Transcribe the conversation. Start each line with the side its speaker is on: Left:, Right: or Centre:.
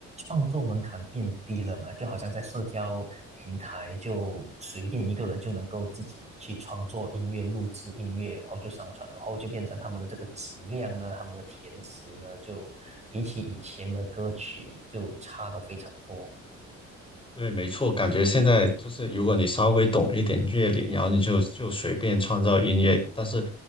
Right: 创作门槛变低了嘛，就好像在社交平台就随便一个人就能够自己去创作音乐、录制音乐，然后就上传，然后就变成他们的这个质量呢，他们的填词呢，就比起以前的歌曲就差的非常多。
Left: 对，没错，感觉现在就是，如果你稍微懂一点乐理，然后你就就随便创造音乐，但是，